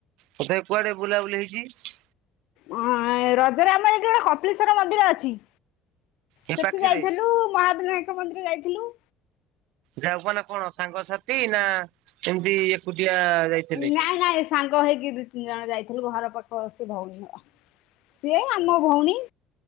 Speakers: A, on the right; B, on the left.
A: ତଥାପି କୁଆଡେ ବୁଲାବୁଲି ହେଇଚି?
B: ହଁ ଏଁ ରଜରେ ଆମର ଏଠି ଗୋଟେ କପିଳେଶ୍ଵର ମନ୍ଦିର ଅଛି।
A: ଏ
B: ସେଠି
A: ପାଖରେ?
B: ଯାଇଥିଲୁ ମହାବିନାୟକ ମନ୍ଦିର ଯାଇଥିଲୁ।
A: ଯାଉ କ ନା କଣ ସାଙ୍ଗସାଥି ନା ଏମିତି ଏକୁଟିଆ ଯାଇଥିଲେ?
B: ନାଇଁ ନାଇଁ ସାଙ୍ଗ ହେଇକି ଦିଇ ତିନି ଜଣ ଯାଇଥିଲୁ ଘର ପାଖ ସେ ଭଉଣୀ ଘର। ସିଏ ଆମ ଭଉଣୀ।